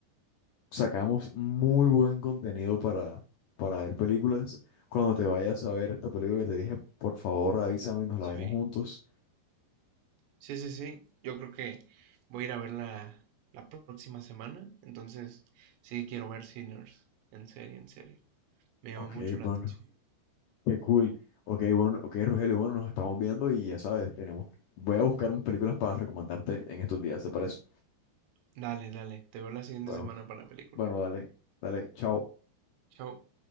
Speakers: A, on the left (about 75°); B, on the right (about 80°).
A: sacamos muy buen contenido para, para ver películas. Cuando te vayas a ver esta película que te dije, por favor, avísame y nos la
B: Sí,
A: vemos juntos.
B: sí, sí, sí. Yo creo que voy a ir a verla la próxima semana. Entonces, sí, quiero ver Sinners. En serio, en serio. Me
A: Ok,
B: llama mucho la
A: bueno,
B: atención.
A: qué cool. Ok, bueno, ok, Rogelio, bueno, nos estamos viendo y ya sabes, tenemos, voy a buscar más películas para recomendarte en estos días, ¿te parece?
B: Dale, dale. Te veo la siguiente
A: Bueno,
B: semana para la película.
A: bueno, dale, dale, chao.
B: Chao.